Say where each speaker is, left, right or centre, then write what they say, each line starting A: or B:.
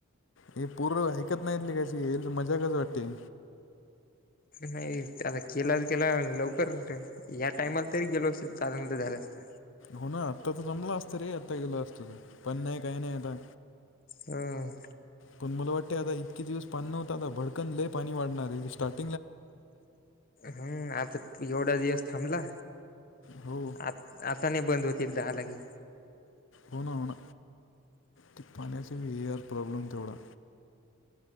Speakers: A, on the left; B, on the left.
A: हे पूर्ण ऐकत नाहीतली कायची येल मजा कच वाटते
B: नाही आता केला तर केला लवकर र ह्या टाइमाला तरी गेलो असत चाल तर झालं असत
A: हो ना आत्ता तर जमला असत रे आत्ता गेला असतं त पण नाही काही नाही आता
B: हम्
A: पण मला वाटते आता इतके दिवस पान नव्हता आता भडकन लय पाणी वाढणार आहे स्टार्ट
B: हम् आता एवढा दिवस थांबला
A: हो
B: आ आता नाही बंद होती एक दहा लागी
A: होण हो ना ते पाण्याचा हेर प्रॉब्लेम तेवढा